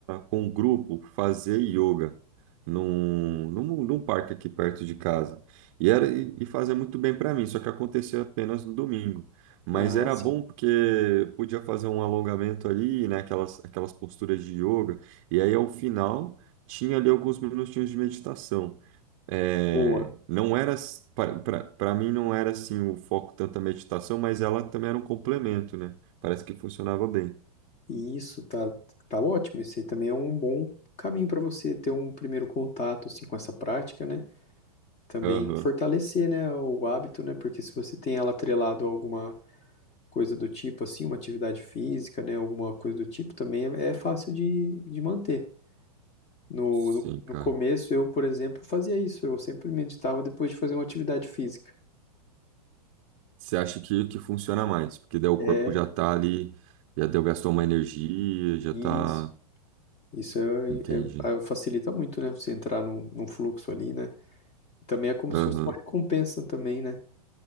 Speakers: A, on the right (about 45°); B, on the left (about 30°).
A: com um grupo fazer yoga num, num, num parque aqui perto de casa. E, era, e, e fazia muito bem para mim, só que acontecia apenas no domingo. Mas
B: Ah,
A: era
B: sim.
A: bom porque podia fazer um alongamento ali, né, aquelas, aquelas posturas de yoga. E aí, ao final, tinha ali alguns minutinhos de meditação. É,
B: Boa.
A: não era, para mim não era assim o foco tanto a meditação, mas ela também era um complemento, né? Parece que funcionava bem.
B: E isso tá, tá ótimo. Esse aí também é um bom caminho para você ter um primeiro contato assim com essa prática, né? Também
A: Aham.
B: fortalecer, né, o hábito, né? Porque se você tem ela atrelado a alguma coisa do tipo, assim, uma atividade física, né, alguma coisa do tipo, também é é fácil de, de manter. No,
A: Sim,
B: no,
A: cara.
B: no começo, eu, por exemplo, fazia isso. Eu sempre meditava depois de fazer uma atividade física.
A: Você acha que, que funciona mais? Porque daí o
B: É,
A: corpo já tá ali, já deu, gastou uma energia, já
B: isso.
A: tá.
B: Isso é,
A: Entendi.
B: é- é- facilita muito, né? Você entrar num, num fluxo ali, né? Também é como
A: Aham.
B: se fosse uma recompensa também, né?